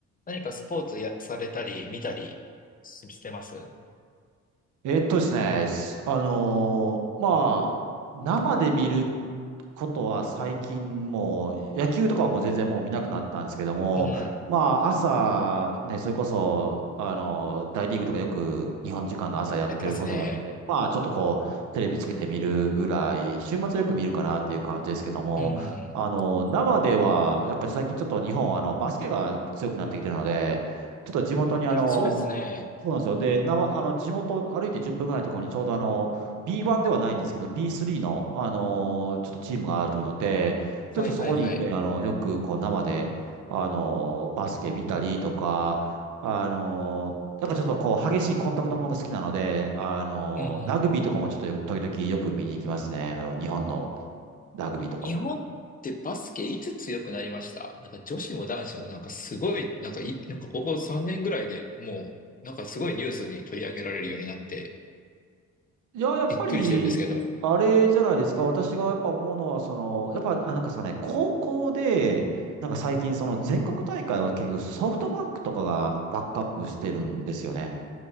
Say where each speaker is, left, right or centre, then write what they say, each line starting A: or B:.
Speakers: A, on the left (about 30°); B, on the right (about 75°).
A: 何かスポーツや、されたり、見たりしてます
B: えっとですね、すあのーまあ、生で見ることは最近もう、野球とかはもう全然もう見なくなったんですけども、
A: うん。
B: まあ、朝、ね、それこそ、あのー大リーグとかよく日本時間の朝やってることがあるので、
A: やってますね。
B: まあ、ちょっとこう、テレビつけて見るぐらい、週末よく見るかなっていう感じですけども、
A: うんうんうん。い
B: あのー生では、やっぱり最近ちょっと日本、あの、バスケが強くなってきてるので、ちょっと地元にあの、
A: や、そうですね。
B: そうなんですよ。で、なま、あの、地元歩いて10分ぐらいのところにちょうどあの、B1 ではないんですけど、B3 の、あのーちょっとチームがあるので、ちょっとそこに行って、
A: はいはいはい。
B: あの、よくこう生で、あのーバスケ見たりとか、あのーやっぱちょっとこう、激しいコンタクトものが好きなので、あのーラグビーとかもちょっとよ時々よく見に行きますね。
A: うんうん。
B: あの、日本のラグビーとかは。
A: 日本ってバスケいつ強くなりましたなんか女子も男子もなんかすごい、なんかい、なんかここ3年ぐらいでもう、なんかすごいニュースに取り上げられるようになって、
B: うんいや、やっぱり、
A: びっくりしてるんですけれども。
B: あれじゃないですか。私がやっぱ思うのは、その、やっぱ、あ、なんかさね、高校で、なんか最近、その全国大会を結局ソフトバンクとかがバックアップしてるんですよね。